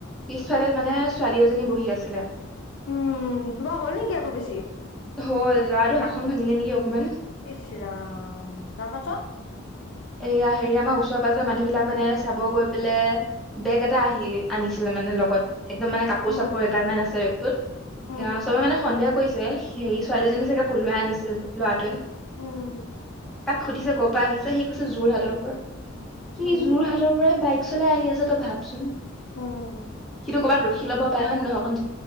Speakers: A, in the centre; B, on the left.
A: পিছফালে মানে ছোৱালী এজনী বহি আছিলে।
B: উম, কিবা হ'ল নেকি আকৌ বেছি?
A: হল। ' ল'ৰাটো হাতখন ভাঙিলে নেকি অকমান!
B: ইচ ৰাম! তাৰপাছত?
A: এইয়া হেৰি আমাৰ ওচৰ পাজৰৰ মানুহ বিলাক মানে চাব গৈ পেলে বেগ এটা আহি আনিছিলে মানে লগত। একদম মানে কাপোৰ
B: উম
A: চাপোৰ এগালমান আছে বেগটোত।
B: উম
A: এয়া চবে মানে সন্দেহ কৰিছে। হেৰি ছোৱালীজনী চাগে পলুৱাই আনিছিল ল'ৰাটোৱে।
B: উম
A: তাক সুধিছে ক পা আহিছে সি কৈছে যোৰহাটৰ পৰা। সি
B: উম
A: যোৰহাটৰ পৰাই বাইক চলাই আহি আছে তই ভাবচোন।
B: উম
A: সিটো ক'বাত ৰখি ল'ব পাৰে হয় নে নহয় অকন